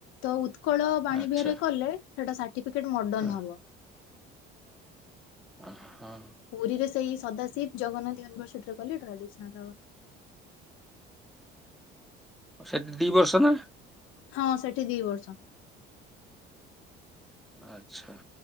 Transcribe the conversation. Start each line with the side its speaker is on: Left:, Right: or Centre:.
Left: ତ ଉକୂଳ ବାଣୀ
Centre: ଆଚ୍ଛା
Left: ବିହାରିରେ କଲେ ସେଇଟା ସାଟି ଡିପି କେଟ୍ ମଡନ୍
Centre: ହଁ
Left: ହବ
Centre: ଓ ହୋ।
Left: ପୁରୀରେ ସେଇ ସଦାଶିବ ଜଗନ୍ନାଥ ୟୁନିଭରସିଟିରେ କଲେ ଟ୍ରାଡିସନାଲ ହବ।
Centre: ସେଠି ଦି ବର୍ଷ ନା?
Left: ହଁ ସେଠି ଦି ବର୍ଷ।
Centre: ଆଚ୍ଛା।